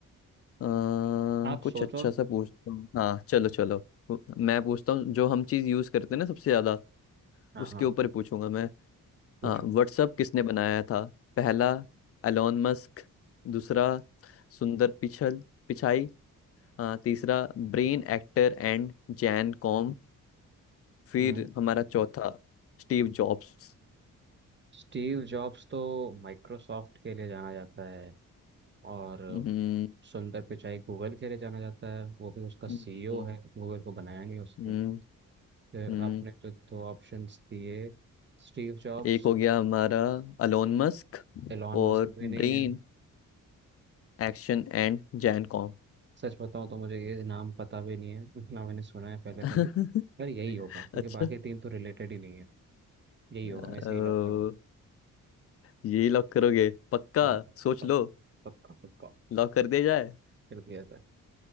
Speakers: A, on the left (about 45°); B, on the right (about 30°).
A: आ,
B: आप
A: कुछ
B: सोचो
A: अच्छा सा पूछता हूँ हाँ चलो चलो पू- मैं पूछता हूँ जो हम चीज यूज करते हैं ना सबसे ज्यादा
B: हाँ
A: उसके
B: हाँ
A: ऊपर पूछूंगा मैं
B: पूछो
A: हाँ व्हाट्सअप किसने बनाया था पहला एलोन मस्क दूसरा सुंदर पिछल पिचाई हाँ तीसरा Brian Acton and Jan Koum फिर
B: हम्म
A: हमारा चौथा स्टीव जॉब्स
B: स्टीव जॉब्स तो माइक्रोसॉफ्ट के लिए जाना जाता है और
A: हम्म
B: सुंदर पिचाई गूगल के लिए जाना जाता है वो भी उसका सीईओ
A: हम्म
B: है गूगल को बनाया नहीं उसने
A: हम्म,
B: तो
A: हम्म।
B: आपने जो दो ऑप्शंस दिए स्टीव जॉब्स
A: एक हो गया हमारा अलोन मस्क
B: एलॉन मस्क
A: और
B: भी
A: Brian
B: नहीं है
A: Acton and Jan com
B: सच बताऊं तो मुझे ये नाम पता भी नहीं है इतना मैंने सुना है पहले
A: <laughs>
B: कभी यार यही होगा क्योंकि
A: अच्छा
B: बाकी तीन तो रिलेटेड ही नहीं है यही
A: अ,
B: होगा मैं सही लॉक करूँ
A: ये लॉक करोगे पक्का
B: हाँ
A: सोच
B: पक्का
A: लो
B: पक्का पक्का
A: लॉक कर दिया जाए
B: कर दिया जाए